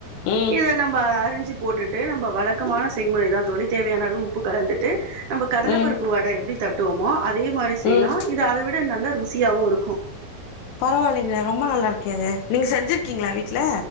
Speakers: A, on the left; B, on the right.
A: ம்
B: இத நம்ம அறிஞ்சு போட்டுட்டு நம்ப வழக்கமான செய்முறைதா தோழி தேவையான அளவு உப்பு கலந்துட்டு நம்ம கடலப்பருப்பு
A: ம்
B: வட எப்டி தட்டுவோமோ அதே மாரி செய்லா
A: ம்
B: இது அத விட நல்ல ருசியாவு இருக்கு
A: பரவால்லைங்க ரொம்ப நல்லா இருக்கே அது நீங்க செஞ்சுருக்கீங்களா வீட்ல